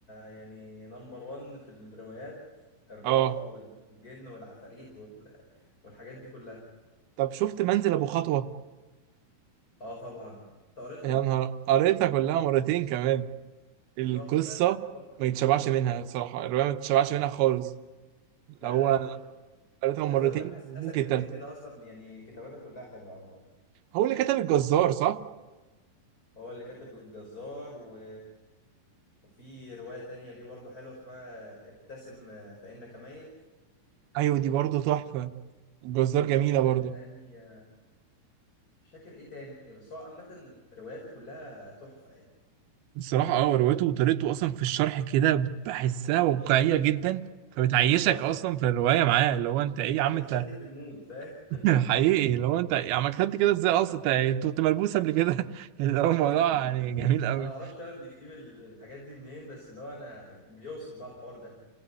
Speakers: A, on the left; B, on the right.
A: يعني نمبر وان في الروايات الرعب
B: اه
A: والجن والعفاريت وال... والحاجات دي كلها
B: طب شفت منزل ابو خطوه
A: اه طبعا قريتها
B: يا نهار قريتها كلها مرتين كمان
A: دي
B: القصه
A: تحفة تحفة
B: ما يتشبعش منها صراحه الروايه ما تتشبعش منها خالص اللي
A: لا
B: هو
A: لا دي تحفة
B: قريتها مرتين
A: عايز اقول لك حسن
B: وممكن
A: حسن الجندي
B: تالتة
A: ده اصلا يعني كتاباته كلها حلوة عامة
B: هو اللي كتب الجزار صح
A: هو اللي كاتب الجزار و... وفي رواية تانية ليه برضو حلوة اسمها ابتسم آه، فإنك ميت
B: ايوه دي برضه تحفه الجزار
A: وواحدة
B: جميله برضه
A: تانية مش فاكر ايه تاني بس هو عامة رواياته كلها تحفة يعني
B: الصراحة اه روايته وطريقته أصلا في الشرح كده بحسها واقعية جدا فبتعيشك
A: حصل
B: أصلا في الرواية معاه اللي هو أنت
A: بي-
B: إيه يا
A: بيدخلني
B: عم أنت
A: في المود فاهم
B: <laughs>
A: <laughs>
B: حقيقي اللي هو أنت يا عم كتبت كده إزاي أصلا أنت أنت كنت ملبوس قبل كده <laughs> اللي هو الموضوع
A: ايوه
B: يعني جميل أوي
A: انا ما اعرفش فعلا بيجيب ال- الحاجات دي منين بس اللي هو انا يعني بيوصف بقى الحوار ده